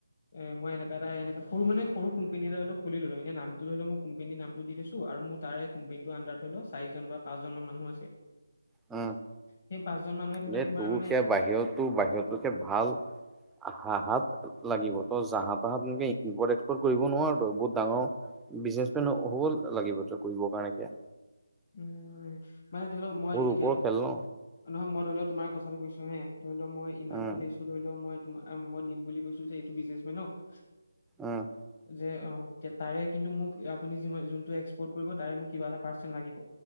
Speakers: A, on the left; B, in the centre.
A: এ মই এনেকা এটা এনেকা সৰু মানে সৰু কোম্পানি এ টাল খুলি ললো এনে নামটো ধ লও মই কোম্পনীৰ নাম দিছো। আৰু মোৰ তাৰে কোম্পোনীটোৰ আণ্ডাৰ ধৰি লও চাৰিজন বা পাঁচজনমান মানুহ আছে-
B: অ
A: সেই পাঁচজন মানুহে ধৰি
B: নে
A: লও তোমাৰ
B: তোৰ
A: মানে
B: সে বাহিৰতো বাহিৰতো সে ভাল- আহাহাত লাগিব ত জাহা তাহাত এনেকে ইম্পৰ্ট এক্সপৰ্ট কৰিব নোৱাৰো তই বহুত ডাঙৰ- বিজনেচমেন হ'ব লাগিবত কৰিব কাৰণে এতিয়া
A: উ মানে ধৰি লওক মই এতিয়া
B: ওপৰৰ
A: নহয়
B: খেল ন
A: মই ধৰি লও তোমাৰ কথাটো কৈছো হে- ধৰি লও মই ইমানতটো
B: উম
A: লৈছো ধৰি লও মই মই দিম বুলি কৈছো যে এইটো বিজনেচমেনক-
B: আহ,
A: যে অঁ তাৰে কিন্তু মোক আপুনি যি যোনটো এক্সপৰ্ট কৰিব তাৰে মোক কিবা এটা পাৰ্চেণ্ট লাগিব।